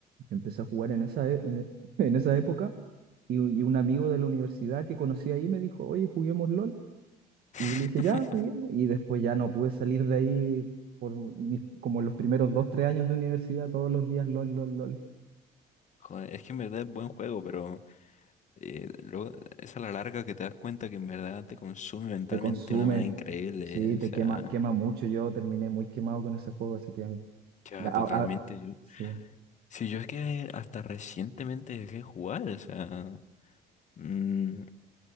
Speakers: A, on the right; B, on the left.
A: Empecé a jugar en esa, e- en, e- <laughs> en esa época y, un y un amigo de la universidad que conocí ahí me dijo, oye, juguemos LOL.
B: <laughs>
A: Y yo le dije, ya, juguemos. Y después ya no pude salir de ahí por mis- como los primeros dos, tres años de universidad, todos los días LOL, LOL, LOL.
B: Joder, es que en verdad es buen juego, pero eh, luego es a la larga que te das cuenta que en verdad te consume mentalmente
A: Te consume,
B: de una manera increíble,
A: sí,
B: ¿eh? O
A: te
B: sea,
A: quema, quema mucho. Yo terminé muy quemado con ese juego, así que
B: ya
A: ya, a-
B: totalmente.
A: a-
B: Yo,
A: sí.
B: sí, yo es que hasta recientemente dejé de jugar, o sea, mm,